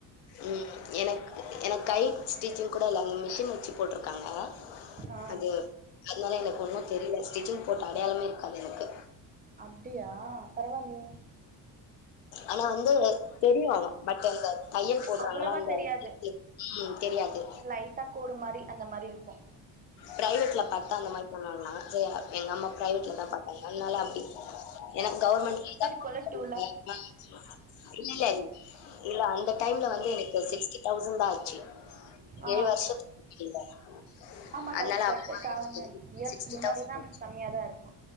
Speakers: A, on the left; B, on the right.
A: ம் எனக்கு எனக்கு கை ஸ்டிச்சிங் கூட இல்ல அந்த மிஷின் வச்சி போட்ருகாங்க
B: ஆ
A: அது அதனால எனக்கு ஒன்னு தெரியல ஸ்டிச்சிங் போட்ட அடையாளமே இருகாது எனக்கு
B: அப்டியா பரவால்லயே
A: ஆனா வந்து தெரியு பட் அந்த தையல் போடறாங்கல்ல
B: அவ்வளவா
A: அந்த
B: தெரியாது
A: ஊசி தெரியாது
B: லைட்டா கோடு மாரி அந்த மாரி இருக்கு
A: பிரைவெட்ல பாத்தா அந்த மாரி பண்ணுவாங்களா சே எங்க அம்மா பிரைவெட்லதா பாத்தாங்க அனால அப்டி எனக் கவர்மெண்ட்லீதா
B: கொலடூல்
A: <unintelligible> இல்லல் இல்ல அந்த டைம்ல வந்து எனக் சிக்ஸ்டி தௌசண் தா ஆச்சி
B: ஆ
A: ஏழு வருஷத்து <unintelligible>
B: ஆமா கரெக்ட்
A: அனால
B: கரெக்ட்
A: அவளவா ஆயிரிச்சி
B: செவன் இயர்ஸ்க்கு
A: சிக்ஸ்டி
B: முன்னாடினா
A: தெளசன் ஆயிரிச்சி
B: கம்மியா தா இருக்கு